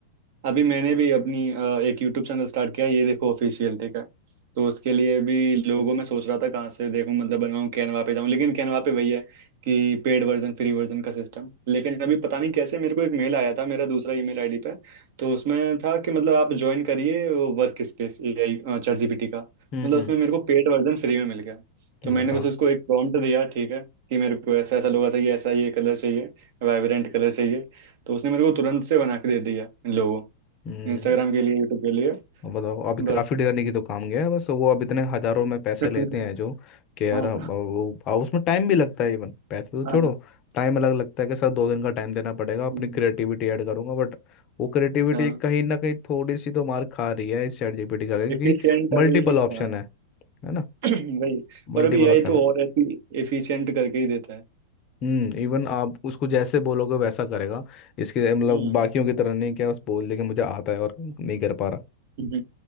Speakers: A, on the right; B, on the left.
A: अभी मैंने भी अपनी अ, एक यूट्यूब चैनल स्टार्ट किया ये देखो ऑफिशियल ठीक है तो उसके लिए भी लोगों में सोच रहा था कहाँ से देखूं मतलब बनवाऊं कैनवा पे जाऊं लेकिन कैनवा पे वही है कि पेड वर्जन फ्री वर्जन का सिस्टम लेकिन अभी पता नहीं कैसे मेरे को एक मेल आया था मेरा दूसरा ईमेल आईडी पे तो उसमें था कि मतलब आप ज्वाइन करिए वो workspace AI ChatGPT का
B: हम्म
A: मतलब
B: हम्म
A: उसमें मेरे को पेड वर्जन फ्री में मिल गया तो मैंने
B: बताओ
A: बस उसको एक प्रॉम्प्ट दिया ठीक है कि मेरे को ऐसा ऐसा लोगो चाहिए ऐसा ये कलर चाहिए वाइब्रेंट कलर चाहिए तो उसने मेरे को तुरंत से बना के दे दिया इन लोगों
B: हम्म
A: इंस्टाग्राम के लिए यूट्यूब के लिए
B: अब बताओ अब ग्राफिक
A: बस
B: डिजाइनिंग की तो काम गया है बस वो अब इतने हजारों में पैसे
A: <laughs>
B: लेते हैं जो कि यार
A: हाँ
B: अब वो अब उसमें टाइम भी लगता है इवन पैसे तो छोड़ो
A: हाँ
B: टाइम अलग लगता है कि सर दो दिन का टाइम देना पड़ेगा अपनी
A: हम्म,
B: क्रिएटिविटी ऐड करूंगा बट वो क्रिएटिविटी
A: हाँ
B: कहीं ना कहीं थोड़ी सी तो मार खा रही है इस चैट जीपीटी का क्योंकि
A: एफिशिएंट
B: मल्टीपल
A: अभी
B: ऑप्शन
A: हाँ
B: है है ना
A: <clears throat> वही
B: मल्टीपल
A: और अभी एआई
B: ऑप्शन
A: तो
B: है
A: और एफिशिएंट करके ही देता है
B: हम्म इवन आप उसको जैसे बोलोगे वैसा करेगा इसके मतलब
A: हम्म
B: बाकियों की तरह नहीं क्या बस बोल दे कि मुझे आता है और नहीं कर पा रहा
A: हम्म।